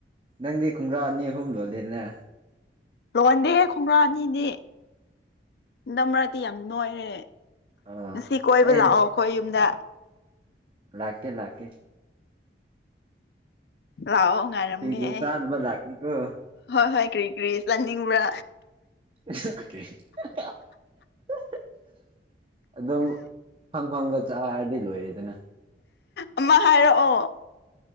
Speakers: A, on the right; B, on the left.
A: ꯅꯪꯗꯤ ꯈꯨꯡꯒ꯭ꯔꯥ ꯑꯅꯤ ꯑꯍꯨꯝ ꯂꯣꯂꯦꯅꯦ
B: ꯂꯨꯟꯗꯦ ꯈꯣꯡꯒ꯭ꯔꯥ ꯑꯅꯤꯗꯤ ꯗ ꯃꯔꯛꯇꯤ ꯌꯥꯝ ꯅꯣꯏꯔꯦ
A: ꯑꯣ
B: ꯉꯁꯤ ꯀꯣꯏꯕ
A: ꯑꯩ
B: ꯂꯥꯛꯑꯣ ꯑꯩꯈꯣꯏ ꯌꯨꯝꯗ
A: ꯂꯥꯛꯀꯦ ꯂꯥꯛꯀꯦ
B: ꯂꯥꯛꯑꯣ ꯉꯥꯏꯔꯝꯒꯦ
A: ꯁꯤꯡꯖꯨ
B: ꯑꯩ
A: ꯆꯥꯅꯕ ꯂꯥꯛꯀꯦꯀꯣ
B: ꯍꯣꯏ ꯍꯣꯏ ꯀ꯭ꯔꯤ ꯀꯔꯤ ꯆꯠꯅꯤꯡꯕ꯭ꯔꯥ
A: <unintelligible> ꯑꯗꯨꯝ ꯐꯪ ꯐꯪꯕ ꯆꯥꯔꯗꯤ ꯂꯣꯏꯔꯦꯗꯅ
B: ꯑꯃ ꯍꯥꯏꯔꯛꯑꯣ